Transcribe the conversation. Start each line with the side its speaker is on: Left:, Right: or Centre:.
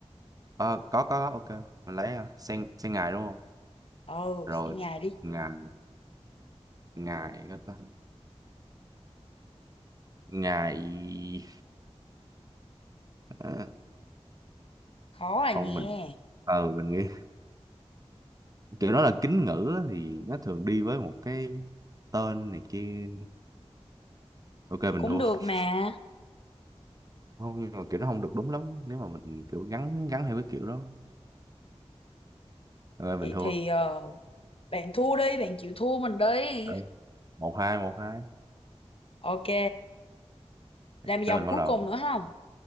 Right: Ờ, có có có ok mình lấy hả? sen sen ngài đúng không
Left: Ừ,
Right: rồi
Left: sen nhài đi.
Right: ngài ngài có ta. ngài ờ,
Left: Khó à
Right: không
Left: nha.
Right: mình ờ mình nghĩ kiểu đó là kính ngữ á, thì nó thường đi với một cái tên này kia ok mình
Left: Cũng
Right: thua
Left: được
Right: <laughs>
Left: mà.
Right: không nhưng mà kiểu nó không được đúng lắm nếu mà mình kiểu gắn gắn theo cái kiểu đó ok
Left: Vậy
Right: mình thua
Left: thì ờ, bạn thua đi, bạn chịu thua mình đi.
Right: ừ. một hai một hai
Left: Ok, làm
Right: tới
Left: vòng
Right: mình
Left: cuối
Right: bắt đầu
Left: cùng nữa không?